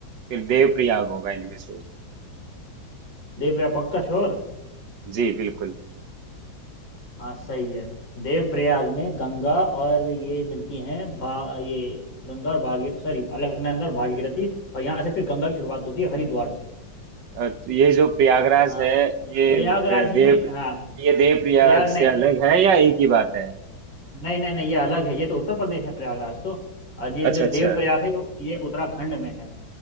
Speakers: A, on the right; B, on the left.
A: फिर देव प्रयाग होगा इनमें से
B: देवप्रयाग पक्का श्योर
A: जी बिल्कुल
B: हाँ सही है देवप्रयाग में गंगा और ये मिलती हैं भा ये गंगा और भागीर सॉरी अलकनंदा और भागीरथी और यहाँ से फिर गंगा की शुरुआत होती है हरिद्वार से
A: अ, तो ये जो प्रयागराज
B: हाँ
A: है ये
B: प्रयागराज
A: अ,
B: में
A: देव
B: हाँ
A: ये देव प्रयाग
B: प्रयाग नहीं
A: से अलग है या एक ही बात है
B: नहीं नहीं नहीं ये अलग है ये तो उत्तर प्रदेश में प्रयागराज तो और ये
A: अच्छा
B: जो
A: अच्छा
B: देवप्रयाग है ये ये उत्तराखंड में है